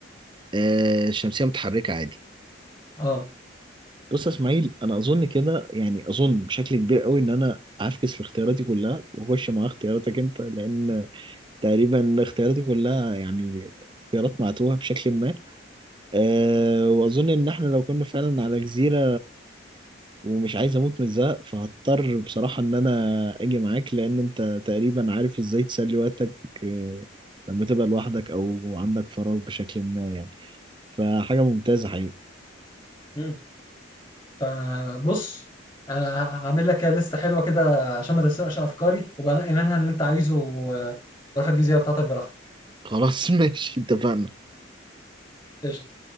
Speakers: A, on the right (about 25°); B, on the left (about 25°).
A: آه، الشمسية متحركة عادي
B: اه
A: بص يا إسماعيل أنا أظن كده يعني أظن بشكل كبير قوي إن أنا هفكس في اختياراتي كلها وأخش مع اختياراتك أنت لأن تقريبا اختياراتي كلها يعني اختيارات معتوهة بشكل ما أه وأظن إن إحنا لو كنا فعلا على جزيرة ومش عايز أموت من الزهق فهضطر بصراحة إن أنا أجي معاك لأن أنت تقريبا عارف إزاي تسلي وقتك أه لما تبقى لوحدك أو عندك فراغ بشكل ما يعني فحاجة ممتازة حقيقي
B: مم. فبص انا ه- هعمل لك لسته حلوه كده عشان ما تسرقش افكاري وبنقي منها اللي انت عايزه و- وروح الجزيره بتاعتك براحتك
A: خلاص <laughs> ماشي اتفقنا
B: قشطة